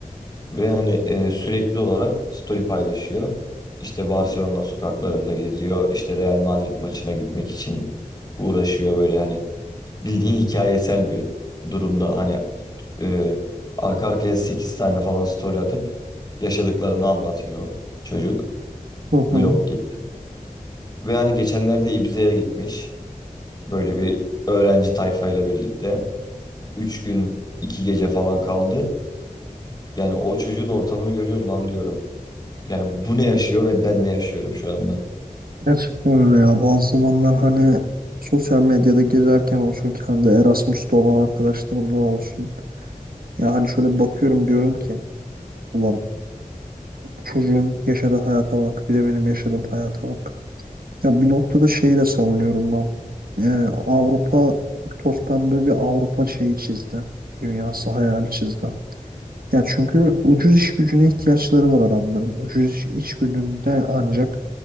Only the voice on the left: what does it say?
Ve hani e, sürekli olarak story paylaşıyor. İşte Barcelona sokaklarında geziyor. İşte Real Madrid maçına gitmek için uğraşıyor böyle hani bildiğin hikayesel bir durumda. Hani e, arka arkaya 8 tane falan story atıp yaşadıklarını anlatıyor çocuk.
Vlog gibi. Ve hani geçenlerde Ibiza'ya gitmiş. Böyle bir öğrenci tayfayla birlikte. üç gün 2 gece falan kaldı. Yani o çocuğun ortamını görüyorum lan diyorum. Yani bu ne yaşıyor ve ben ne yaşıyorum şu anda?